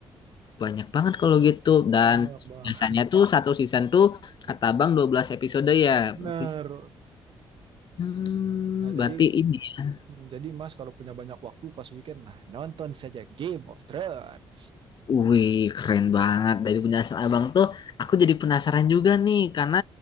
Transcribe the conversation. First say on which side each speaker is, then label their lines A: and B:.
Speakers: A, on the left; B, on the right.
A: Banyak banget kalau gitu. Dan
B: Banyak, Bang.
A: biasanya tuh satu season tuh kata Bang 12 episode ya.
B: Bener.
A: Berarti, hmm,
B: Nah,
A: berarti
B: jadi
A: ini ya.
B: Hmm, Jadi Mas kalau punya banyak waktu pas weekend, nah nonton saja Game of Thrones.
A: Wih, keren banget. Dari penjelasan Abang tuh aku jadi penasaran juga nih karena